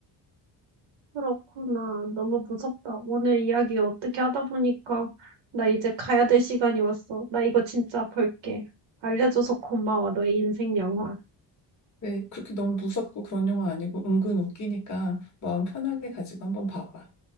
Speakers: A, on the right; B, on the left.
A: 그렇구나. 너무 무섭다. 오늘 이야기 어떻게 하다 보니까 나 이제 가야 될 시간이 왔어. 나 이거 진짜 벌게. 알려줘서 고마워. 너의 인생 영화.
B: 네, 그렇게 너무 무섭고 그런 영화 아니고 은근 웃기니까 마음 편하게 가지고 한번 봐봐.